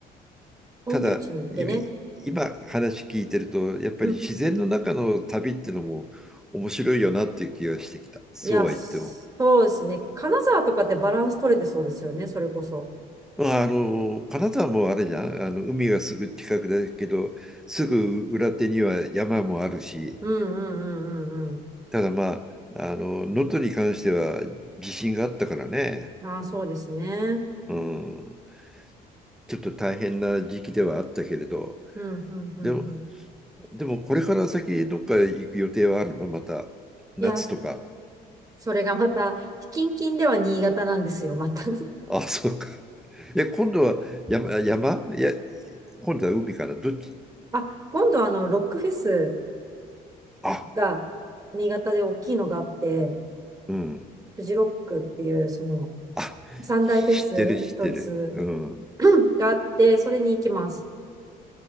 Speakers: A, on the right; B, in the centre.
A: 本拠地に行ってね。
B: ただ、今今話聞いてると、やっぱり自然の中の旅っていうのも面白いよなっていう気がしてきた。
A: うん
B: そうは言っても。
A: いや、そうですね。金沢とかってバランス取れてそうですよね、それこそ。
B: まあ、あの、金沢もあれじゃん。あの、海はすぐ近くだけど、すぐ裏手には山もあるし、
A: うんうんうんうん
B: ただまあ、あの、能登に関しては地震があったからね。
A: うん。ああ、そうですね。
B: うん。ちょっと大変な時期ではあったけれど、
A: うんうんうんうん。
B: でも、でもこれから先どっか行く予定はあるのまた、夏とか。
A: いや、それがまた、近々では新潟なんですよ、また。
B: あ、そうか。え、今度は山、山いや、今度は海かな。どっち
A: <laughs> あ、今度あの、ロックフェス
B: あ、
A: が、新潟で大きいのがあって、
B: うん。
A: フジロックっていう、その、
B: あ、
A: 三大フェスの一つ
B: 知ってる、知ってる。うん。
A: <clears throat> があって、それに行きます。